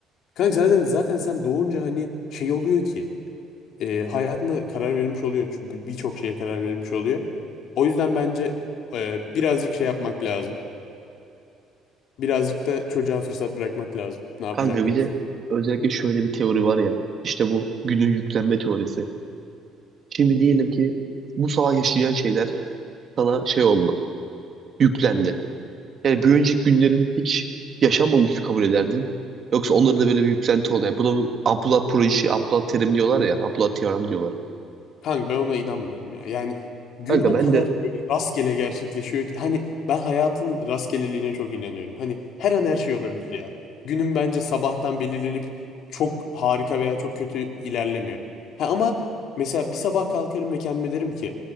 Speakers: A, on the left; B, on the right.
A: Kanka zaten, zaten sen doğunca hani şey oluyor ki e, hayatına karar verilmiş oluyor. Çünkü Birçok şeye karar verilmiş oluyor. O yüzden bence e, birazcık şey yapmak lazım. Birazcık da çocuğa fırsat bırakmak lazım. Ne yapacağı
B: Kanka
A: konusunda.
B: bir de özellikle şöyle bir teori var ya. İşte bu günün yüklenme teorisi. Şimdi diyelim ki bu sabah yaşayacağın şeyler sana şey oldu. yüklendi. Yani bir önceki günlerin hiç yaşanmamış kabul ederdin? Yoksa onları da böyle bir yüklenti oluyor. Buna bu Abdullah projesi, Abdullah terim diyorlar ya, Abdullah teorem diyorlar.
A: Kanka ben ona inanmıyorum ya. Yani gün
B: Kanka
A: o
B: ben
A: kadar
B: de
A: <laughs> böyle rastgele gerçekleşiyor ki hani ben hayatın rastgeleliğine çok inanıyorum. Hani her an her şey olabilir ya. Günün bence sabahtan belirlenip çok harika veya çok kötü ilerlemiyor. Ha ama mesela bir sabah kalkarım ve kendime derim ki